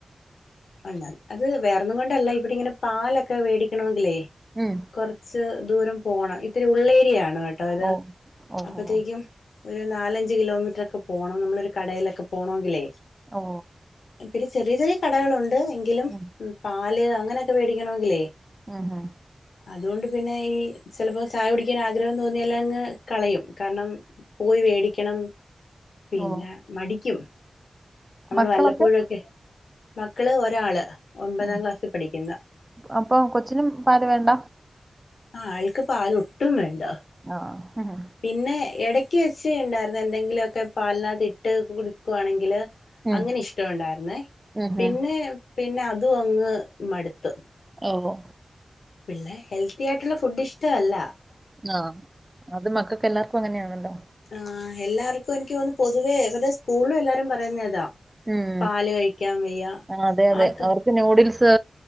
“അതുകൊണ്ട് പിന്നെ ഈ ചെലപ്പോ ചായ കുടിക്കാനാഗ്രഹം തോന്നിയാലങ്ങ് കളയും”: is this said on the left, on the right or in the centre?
Left